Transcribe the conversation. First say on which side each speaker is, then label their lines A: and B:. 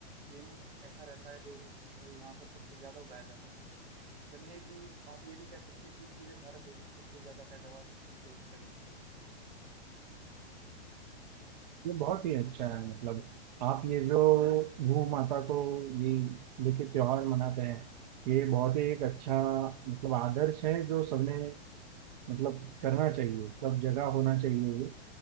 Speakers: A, on the right; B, on the right.
A: गेहूं ही ऐसा रहता है जो अ, यहाँ पर सबसे ज्यादा उगाया जाता है गन्ने की आप ये भी कह सकते हैं कि पूरे भारत देश में सबसे ज्यादा पैदावार यही तो करी जाती है जी
B: ये बहुत ही अच्छा है मतलब आप ये जो भू माता को ये लेके त्योहार मनाते हैं ये बहुत
A: जी
B: ही एक अच्छा मतलब आदर्श है जो सबने मतलब करना चाहिए सब जगह होना चाहिए ये